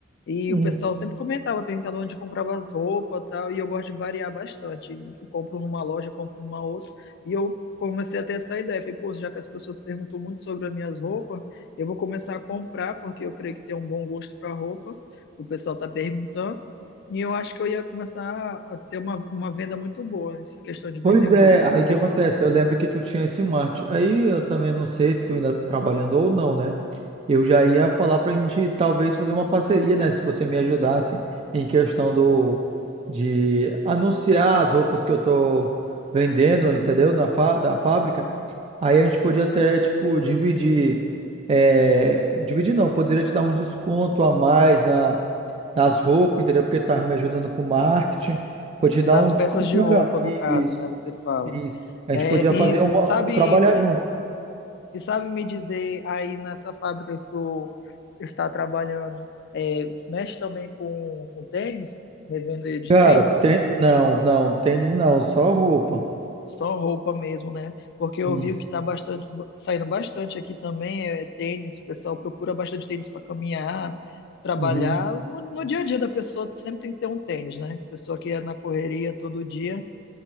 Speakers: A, on the left (about 60°); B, on the right (about 30°).
A: E
B: uhum.
A: o pessoal sempre comentava, perguntava onde comprava as roupas e tal, e eu gosto de variar bastante. Eu compro numa loja, compro numa outra, e eu comecei a ter essa ideia. Falei, pô, já que as pessoas perguntam muito sobre as minhas roupas, eu vou começar a comprar, porque eu creio que tem um bom gosto para roupa, o pessoal tá perguntando, e eu acho que eu ia começar a ter uma, uma venda muito boa nessa questão de vender
B: Pois
A: roupa,
B: é, aí
A: entendeu?
B: que acontece? Eu lembro que tu tinha esse marketing. Aí eu também não sei se tu ainda tá trabalhando ou não, né? Eu já ia falar para a gente talvez fazer uma parceria, né? Se você me ajudasse em questão do de anunciar as roupas que eu tô vendendo, entendeu? Na fá- da fábrica. Aí a gente podia até, tipo, dividir. é, dividir não, poderia te dar um desconto a mais na, nas roupas, entendeu? Porque tá me ajudando com marketing. Podia te
A: Nas
B: dar um
A: peças
B: desconto
A: de
B: melhor.
A: roupa, no
B: Isso,
A: caso, né, você fala.
B: isso. A
A: É,
B: gente podia
A: e
B: fazer uma.
A: sabe.
B: Trabalhar junto.
A: E sabe me dizer aí nessa fábrica que tu está trabalhando, é, mexe também com, com tênis, revender de
B: Cara,
A: tênis?
B: tê- não, não, tênis não, só roupa.
A: Só roupa mesmo, né? Porque eu vi
B: Isso.
A: que está bastante, saindo bastante aqui também, é tênis, o pessoal procura bastante tênis para caminhar, trabalhar.
B: Uhum.
A: No, no dia a dia da pessoa sempre tem que ter um tênis, né? Pessoa que é na correria todo dia,